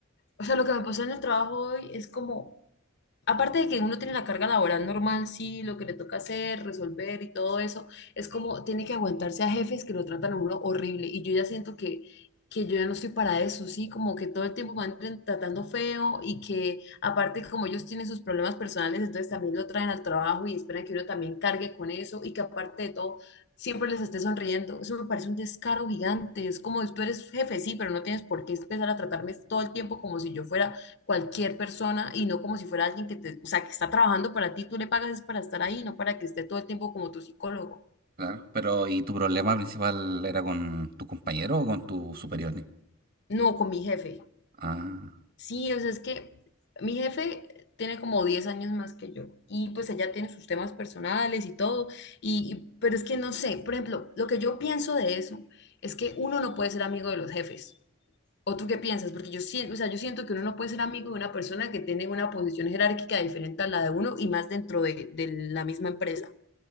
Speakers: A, on the left; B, on the right.
A: o sea, lo que me pasó en el trabajo hoy es como aparte de que uno tiene la carga laboral normal, sí, lo que le toca hacer, resolver y todo eso, es como tiene que aguantarse a jefes que lo tratan a uno horrible. Y yo ya siento que, que yo ya no estoy para eso, sí, como que todo el tiempo me andan tratando feo y que aparte como ellos tienen sus problemas personales, entonces también lo traen al trabajo y esperan que uno también cargue con eso y que aparte de todo... Siempre les esté sonriendo. Eso me parece un descaro gigante. Es como tú eres jefe, sí, pero no tienes por qué empezar a tratarme todo el tiempo como si yo fuera cualquier persona y no como si fuera alguien que te, o sea, que está trabajando para ti, tú le pagas es para estar ahí, no para que esté todo el tiempo como tu psicólogo.
B: Claro. Pero, ¿y tu problema principal era con tus compañeros o con tus superiores?
A: No, con mi jefe.
B: Ah,
A: Sí, o sea, es que mi jefe tiene como 10 años más que yo y pues ella tiene sus temas personales y todo, y, y- pero es que no sé, por ejemplo, lo que yo pienso de eso es que uno no puede ser amigo de los jefes. ¿O tú qué piensas? Porque yo siento, o sea, yo siento que uno no puede ser amigo de una persona que tiene una posición jerárquica diferente a la de uno y más dentro de, de la misma empresa.